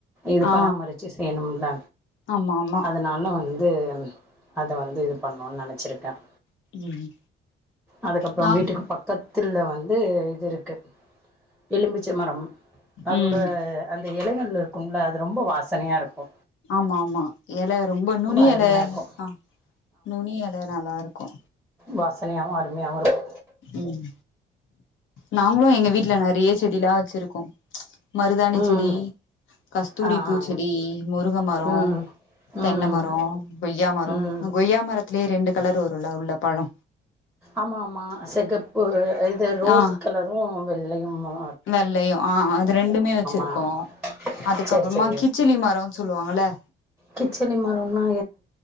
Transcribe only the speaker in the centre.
இது
பராமரித்து செய்யணும்ல
அதனால வந்து வந்து அத வந்து இது பண்ணும்னு நினைச்சிருக்கேன்
அதுக்கப்புறம்
வீட்டுக்கு பக்கத்து தில்ல வந்து துருக்கு எலும்பிச்சை மரம் அதோட
அந்த எலைகள் இருக்கும்ல ரொம்ப வாசனையா இருக்கு
அருமையாக
இருக்கும்
வாசனையாவு அருமையாவு இருக்
ம்
ஆ
ஆ
ம் ம்
ம்
ஆமா ஆமா செகப்பு இது ரோஸ்
கலரு வெள்ளையுமா
ஆமாம்
சரி சரி
கிச்சடி மரம்னா